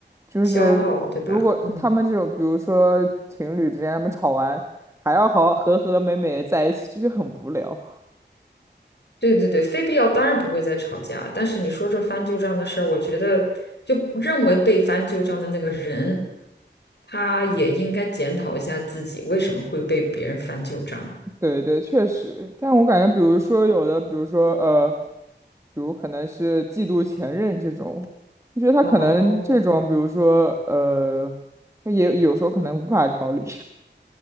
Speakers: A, on the right; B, on the left.
A: 就是如果他们这种，
B: 消耗，对吧？嗯，
A: 比如说情侣之间，他们吵完还要好好和和美美地在一起，就觉得很无聊。
B: 对对对，非必要当然不会再吵架。但是你说这翻旧账的事儿，我觉得就认为被翻旧账的那个人，他也应该检讨一下自己为什么会被别人翻旧账。
A: 对对，确实，但我感觉，比如说有的，比如说呃，比如可能是嫉妒前任这种，你觉得他可能这种，
B: 哦，
A: 比如说呃，他也有时候可能无法调理，